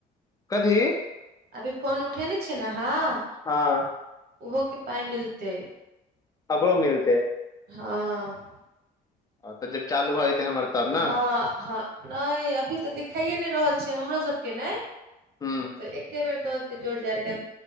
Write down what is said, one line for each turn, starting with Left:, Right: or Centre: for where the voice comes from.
Left: कथी
Right: अभी फोन उठेने छियै न आहाँ
Left: हँ
Right: उहोके पाई मिलतै
Left: अकड़ो मिलतै
Right: हँ
Left: तऽ जब चालू भऽ जेतै हमर तब ने
Right: हँ हँ नहि अभी तऽ देखाइए नहि रहल छै हमरो सबके नै
Left: हूँ
Right: तऽ एके बेर दऽ देतै जोड़ जाड़ि के